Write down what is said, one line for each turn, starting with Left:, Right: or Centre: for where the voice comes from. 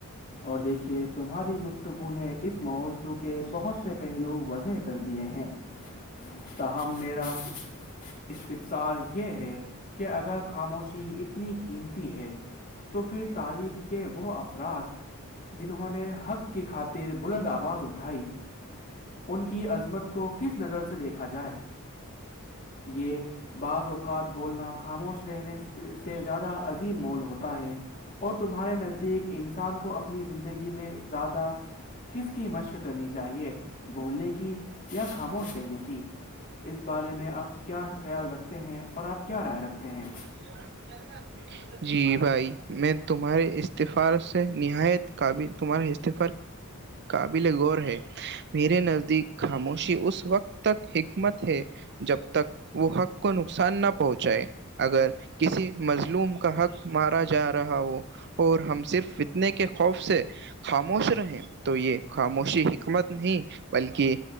Left: اور دیکھیے تمہاری گفتگو نے اس موضوع کے بہت سے پہلو وضح کر کر دیے ہیں تاہم میرا استفصار یہ ہے کہ اگر خاموشی ات ننی قیمتی ہے تو پھر تاریخ کہ وہ افراد جنہوں نے حق کی خاطر بلند آواز اٹھائی ان کی عظمت کو کس نظر سے دیکھا جائے یہ بعض اوقات بولنا خاموش رہنے سے زیادہ عظیب مول ہوتا ہے اور تمہارے نزدیک ان انسان کو اپنی زندگی میں زیادہ کس کی مشق کرنی چاہیے بولنے کی یا خاموش لینے کی اس بارے میں آپ کیا خیال رکھتے ہیں اور آپ کیا رائے رکھتے ہیں
Right: شی منے گا <inaudible> جی بھائی میں تمہارے استفاع سے نہایت قابل تمہارے استعفاق قابل غور ہے میرے نزدیک خاموشی اس وقت تک حکمت ہے جب تک وہ حق کو نقصان نہ پہنچائے اگر کسی مظلوم کا حق مارا جا رہا ہو اور ہم صرف اتنے کے خوف سے <unintelligible> خاموش رہیں تو یہ خاموشی حکمت نہیں بلکہ